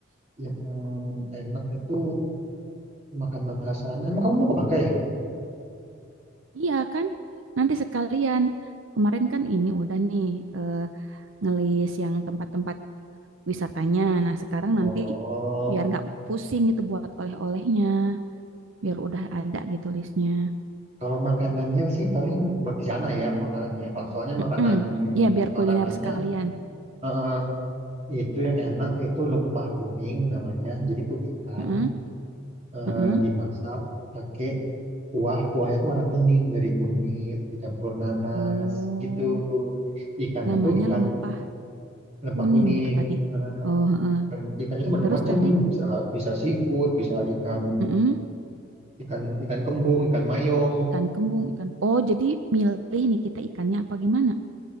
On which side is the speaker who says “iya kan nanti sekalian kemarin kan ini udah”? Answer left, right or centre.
Right